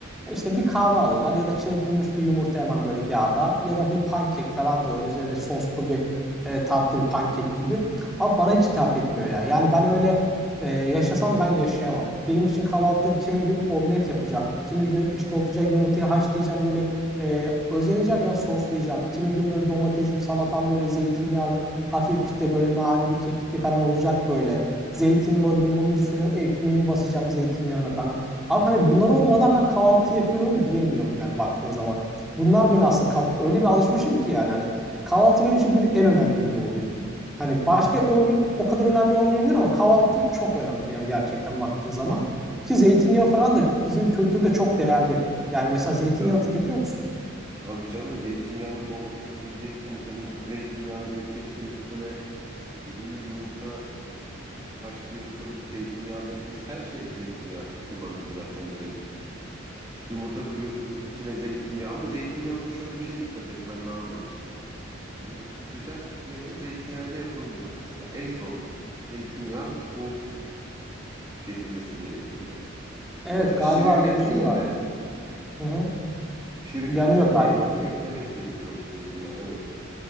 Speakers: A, in the centre; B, on the right (about 20°).
A: E İşte bir kahve alıyorlar ya da çırpılmış bir yumurta hemen böyle yağda ya da bir pankek falan diyorlar. Üzerine soslu bir e, tatlı bir pankek gibi. Ama bana hiç hitap etmiyor ya. Yani ben öyle e, yaşasam ben yaşayamam. Benim için kahvaltıda kimi gün omlet yapacağım. Kimi gün işte oturacak yumurtayı haşlayacağım böyle e, özeneceğim ya soslayacağım. Kimi gün böyle domatesim, salatam böyle zeytinyağlı Hafif işte böyle naneli, kekikli falan olacak böyle. Zeytinin o limonlu suyuna ekmeğimi basacağım zeytinyağına falan. Abi hani bunlar olmadan ben kahvaltı yapıyorum diyemiyorum yani baktığın zaman. Bunlar beni nasıl öyle bir alışmışım ki yani hani kahvaltı benim için günün en önemli öğünü oluyor. Hani başka öğün o kadar önemli olmayabilir ama kahvaltı çok önemli yani gerçekten baktığın zaman. Ki zeytinyağı
B: Kanka,
A: falan da bizim kültürde çok değerli. Yani mesela
B: tabii
A: zeytinyağı
B: canım.
A: tüketiyor musun?
B: Tabii canım zeytinyağını domatesi dileceksin içine zeytinyağını dökeceksin üstüne. Dediğin gibi yumurta haşlıyorsun, zeytinyağı. Ben- Biz her şeyde zeytinyağı kullanıyoruz zaten direkt. Yumurta kırıyorsun içine zeytinyağı ama zeytinyağında şöyle bir şey dikkat etmen lazım. Yani sıcak yemeği zeytinyağıyla yapılmıyor mesela. En son zeytinyağı soğuk tüketilmesi gerekiyor.
A: Evet
B: Yani pişirirken
A: galiba öyle bir şey
B: değil
A: var.
B: de
A: Hı hı.
B: pişirirken
A: Yanıyor
B: değil
A: galiba.
B: de en son eklemek gerekiyormuş zeytinyağını evet.